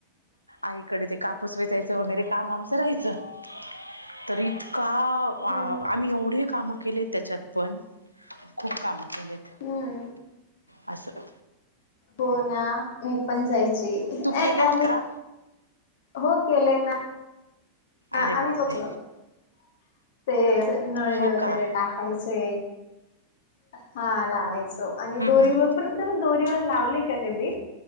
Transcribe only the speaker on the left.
हम्म
हम्म
हो ना मी पण जायची
आणि,
हो केले ना. हा
आम् चक <unintelligible> ते नळी
वगैरे
टाकायचे हा लावायचे आणि
दोरीवर
पण तुम्ही दोरीवर लावली का कधी